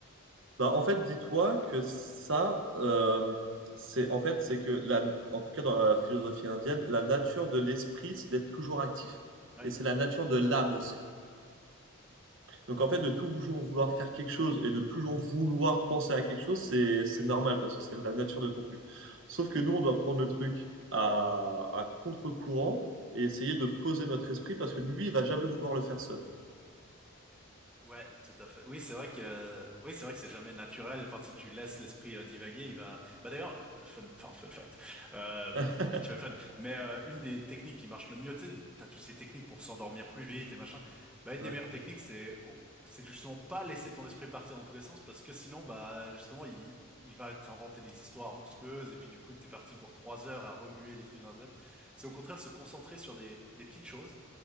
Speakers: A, on the right; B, in the centre.
A: Bah, en fait, dis-toi que ça, euh, c'est en fait, c'est que la, en tout cas dans la philosophie indienne, la nature de l'esprit, c'est d'être toujours actif.
B: <laughs> ouais,
A: Et c'est la nature de l'âme aussi. Donc en fait, de toujours vouloir faire quelque chose et de toujours vouloir penser à quelque chose, c'est c'est
B: ouais.
A: normal parce que c'est la nature de ton truc. Sauf que nous, on doit prendre le truc à, à contre-courant et essayer de poser notre esprit parce que lui, il va jamais vouloir le faire seul.
B: Ouais, tout à fait. Oui, c'est vrai que euh, oui, c'est vrai que c'est jamais naturel. Enfin, si tu laisses l'esprit euh, divaguer, il va. Bah d'ailleurs, fun, enfin fun fact, euh,
A: <laughs>
B: vite fait fun. Mais euh, une des techniques qui marche le mieux, tu sais, t'as toutes ces techniques pour s'endormir plus vite et machin. Bah une
A: Ouais,
B: des meilleures techniques, c'est oh, c'est justement pas laisser ton esprit partir dans tous les sens parce que sinon, bah justement, il, il va t'inventer des histoires monstrueuses et puis du coup, t'es parti pour trois heures à remuer des trucs dans la tête. C'est au contraire se concentrer sur des des petites choses